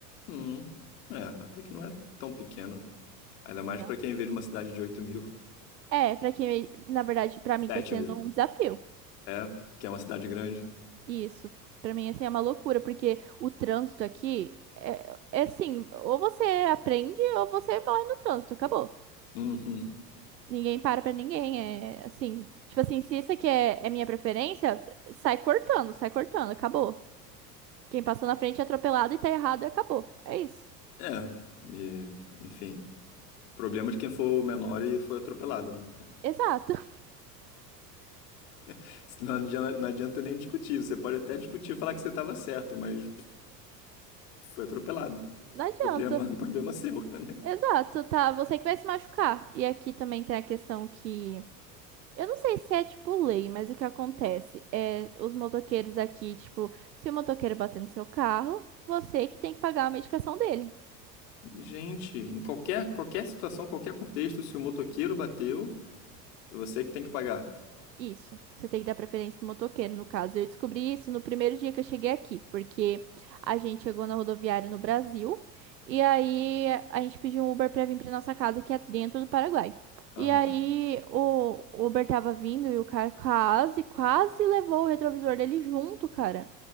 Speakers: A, on the left (about 65°); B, on the right (about 85°).
A: Hum, é, até que não é tão pequeno, né? Ainda mais
B: Não.
A: pra quem vê de uma cidade de oito mil,
B: É, pra quem, na verdade, pra
A: sete
B: mim tá sendo
A: mil.
B: um desafio.
A: É, que é uma cidade grande.
B: Isso. Pra mim, assim, é uma loucura, porque o trânsito aqui é, é assim, ou você aprende ou você morre no trânsito, acabou.
A: Uhum.
B: Ninguém para pra ninguém, é assim. Tipo assim, se isso aqui é, é minha preferência, sai cortando, sai cortando, acabou. Quem passou na frente é atropelado e tá errado e acabou. É isso.
A: É, e, enfim. Problema de quem for menor e for atropelado, né?
B: Exato. <laughs>
A: <laughs> Não adianta, não adianta nem discutir. Você pode até discutir e falar que você estava certo, mas pff, foi atropelado.
B: Não adianta.
A: Problema, <laughs> problema seu, né?
B: Exato, tá? Você que vai se machucar. E aqui também tem a questão que. Eu não sei se é tipo lei, mas o que acontece é os motoqueiros aqui, tipo, se o motoqueiro bater no seu carro, você que tem que pagar a medicação dele.
A: Gente, em qualquer, qualquer situação, qualquer contexto, se o motoqueiro bateu, é você que tem que pagar.
B: Isso. Você tem que dar preferência pro motoqueiro, no caso. Eu descobri isso no primeiro dia que eu cheguei aqui, porque a gente chegou na rodoviária no Brasil e aí a gente pediu um Uber pra vir pra nossa casa, que é dentro do Paraguai.
A: Aham.
B: E aí o o Uber tava vindo e o cara quase, quase levou o retrovisor dele junto, cara.